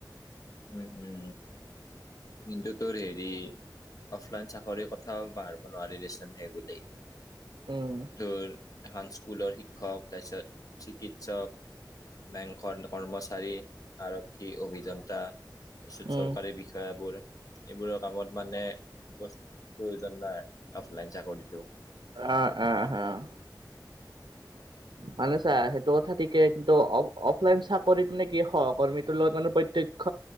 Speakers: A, on the left; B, on the right.
A: উম উম নিটো তো হেৰি অফলাইন চাকৰিৰ কথাও পাহৰিব নোৱাৰিলেছেনহে বুলি
B: উম
A: তোৰ এখন স্কুলৰ শিক্ষক তাৰপিছত চিকিৎসক বেংকৰ কৰ্মচাৰী, আৰক্ষী, অভিযন্তা। তাৰপত
B: উম
A: চৰকাৰী বিষয়বোৰ এইবোৰৰ কামত মানে প্ৰয়োজন নাই অফলাইন চাকৰিটো।
B: আহ আহ আহ মানে ছা সেইটো কথা ঠিকেই কিন্তু অ অফলাইন চাকৰিত নে কি সহকৰ্মীটোৰ লগত মানে। প্ৰত্যক্ষ